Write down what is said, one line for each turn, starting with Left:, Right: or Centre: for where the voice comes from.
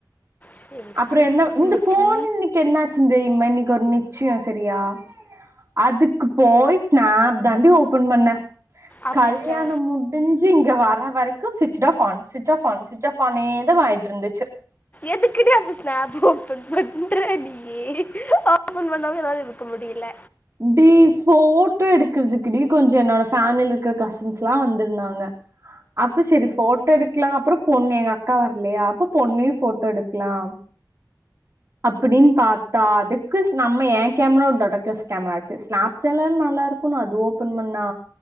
Left: சரி
Right: அப்பறோ
Left: சரி
Right: என்ன இந்த
Left: இன்னைக்கு
Right: போன் இன்னைக்கு என்னாச்சுனு தெரியுமா இன்னைக்கு ஒரு நிச்சியோ செரியா அதுக்கு போய் ஸ்னாப் தாண்டி ஓபன் பண்ணே
Left: ஆஃப்
Right: கல்யாணோ
Left: ஆயிடுச்சா
Right: முடிஞ்சு இங்க வர்ற வரைக்கு சுவிட்ச் off on switch off on switch off ஆனே தா மாறிட்டு இருந்துச்சு
Left: எதுக்குடி அந்த ஸ்னாப்பு ஓபன் பண்ற நீ ஓபன் பண்ண இரு இப்ப முடியல
Right: டி போட்டோ எடுக்கறிறதுக்குடி கொஞ்சோ என்னோட ஃபேமிலில இருக்கிற கசின்ஸ் எல்லா வந்திருந்தாங்க அப்போ செரி போட்டோ எடுக்கலா அப்பறோ பொண்ணு எங்க அக்கா வர்லயா அப்ப பொண்ணையு போட்டோ எடுக்கலா அப்டின்னு பாத்தா அதுக்கு நம்ம எ கேமரா ஒரு டொடகஸ் கேமரா ஆச்சு ஸ்னாப்ஸ் எல்லா நல்லா இருக்கு அ அது ஓப்பன் பண்ணா